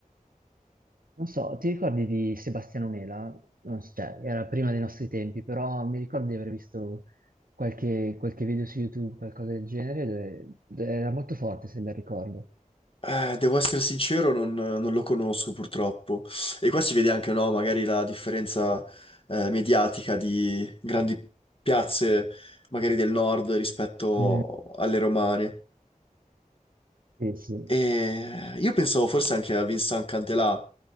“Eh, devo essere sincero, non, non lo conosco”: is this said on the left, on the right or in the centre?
Left